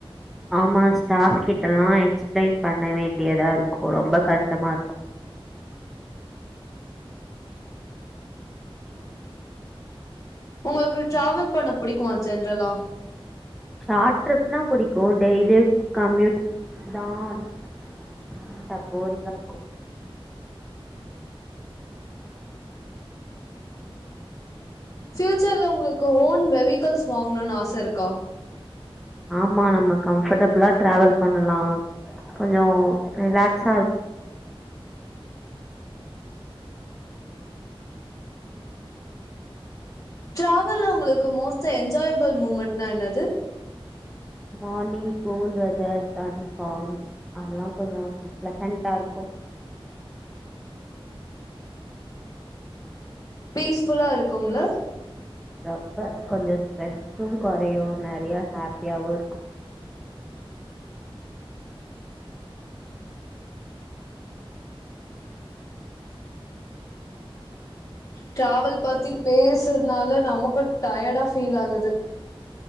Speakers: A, in the centre; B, on the left.
A: ஆமா ஸ்டாஃப் கிட்டல்லா எக்ஸ்ப்லைன் பண்ணவே அப்டியதா இருக்கு ரொம்ப கஷ்டமா இருக்கு
B: உங்குள்க்கு ட்ராவல் பண்ண பிடிக்குமா ஜென்ரலா
A: ஷார்ட் ட்ரிப்னா புடிக்கு டெய்லியு கம்யூட் தான் <unintelligible>
B: ப்ஃயூச்சர்ல உங்ளுக் ஓன் வெவிகல்ஸ் வாங்கன்னு ஆச ருக்கா
A: ஆமா நம்மக் கம்பஃர்டபுளா ட்ராவல் பண்ண லா கொஞ்சோ ரிலாக்ஸா
B: ட்ராவல்ல உங்ளுக்கு மோஸ்ட் என்ஜாயபள் மூமெண்ட் நா என்னது
A: மார்னிங் கூல் வெதர் கன்பார்ம் அதெல்லா கொஞ்சோ ப்ளசண்டா ருக்கும்
B: பீஸ்புஃல்லா இருக்கும்ல
A: ரொம்ப கொஞ்சோ ட்ரெஸ்ஸும் கொறையு நெறைய ஹாப்யாவுர்க்
B: ட்ராவல் பத்தி பேஸ்னால நமக்கும் டயடா ஃபீல் ஆகுது